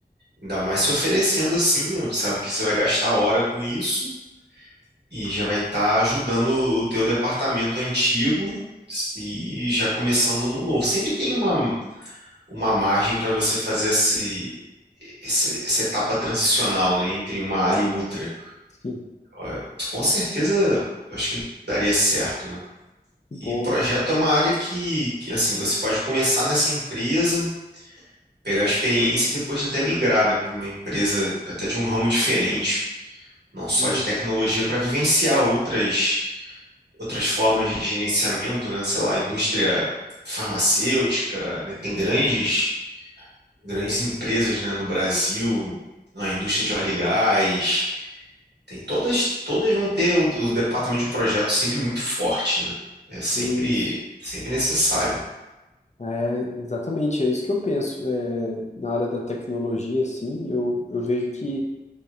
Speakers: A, on the right (about 80°); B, on the left (about 45°).
A: Ainda mais se oferecendo assim, né? Sabe que você vai gastar hora com isso e já vai estar ajudando o teu departamento antigo e já começando no novo. Sempre tem uma, uma margem para você fazer esse, esse- essa etapa transicional, né, entre uma área e outra.
B: Sim,
A: Eh, Com certeza, eu acho que daria certo, né?
B: que bom,
A: E projeto
B: que bom.
A: é uma área que, que assim, você pode começar nessa empresa, pegar experiência e depois até migrar, né, para uma empresa até de um ramo diferente, não só
B: Isso,
A: de tecnologia, para vivenciar outras outras formas de gerenciamento, né, sei lá, indústria farmacêutica, né, tem grandes grandes empresas, né, no Brasil, a indústria de óleo e gás, tem todas todas vão ter o, o departamento de projeto sempre muito forte, né? É sempre
B: isso.
A: sempre necessário.
B: É, exatamente, é isso que eu penso. É, na área da tecnologia, assim, eu, eu vejo que